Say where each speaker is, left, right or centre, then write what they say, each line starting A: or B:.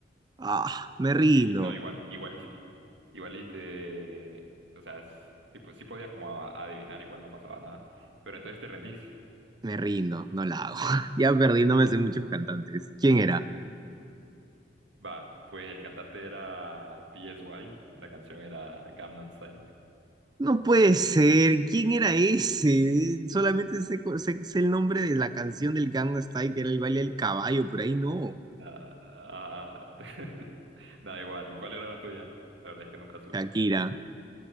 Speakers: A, on the right; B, on the right.
A: Ah, me rindo.
B: sí, no, igual, igual y si, igual y te, o sea, si, po- si podías como a- adivinar, igual no pasaba nada. Pero entonces te rendís.
A: Me rindo, no la hago. <laughs> Ya perdí, no me sé muchos cantantes. ¿Quién era?
B: Va, pues el cantante era PSY, la canción era Gangnam Style.
A: No puede ser, ¿quién era ese? Solamente sé, co- sé- sé el nombre de la canción del Gangnam Style, que era el baile del caballo, por ahí no.
B: Nada, ah, <laughs> nada igual. ¿Y cuál era la tuya? La verdad es que nunca supe.
A: Shakira,